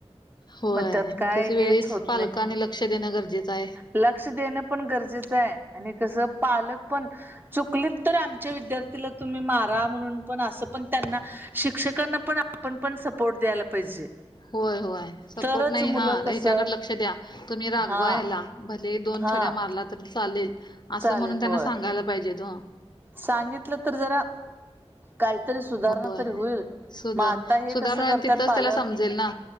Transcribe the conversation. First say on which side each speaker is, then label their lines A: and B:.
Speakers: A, on the left (about 40°); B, on the right (about 20°).
A: होय
B: त्यात काय
A: मग त्याची वेळीच
B: हेच होत
A: पालकांनी
B: नाही
A: लक्ष देणं गरजेचं आहे.
B: लक्ष देणं पण गरजेच आहे आणि कस पालक पण चुक तर आ. विद्यार्थीला तुम्ही मारा म्हणून पण असं पण त्यांना. शिक्षकांना पण आपण पण सपोर्ट द्यायला. पाहिजे
A: होय होय सपोर्ट
B: तरच
A: नाही
B: मुलं
A: हा
B: कसं
A: हच्याकडे लक्ष द्या. तुम्ही रागवा
B: हा
A: या्याला भले दोन
B: हा
A: छड्या मारलात. चालेल असं
B: चालेल
A: म्हणून त्यांना
B: होय
A: सांगायला पाहिजे हो.
B: सांगितलं तर जरा. काहीतरी सुधारणा
A: होय
B: तरी होईल
A: सुधा
B: मग आता हे
A: सुधार
B: कसं
A: म्ह
B: करतात
A: तिथंच
B: पालक
A: त्याला समजेल ना.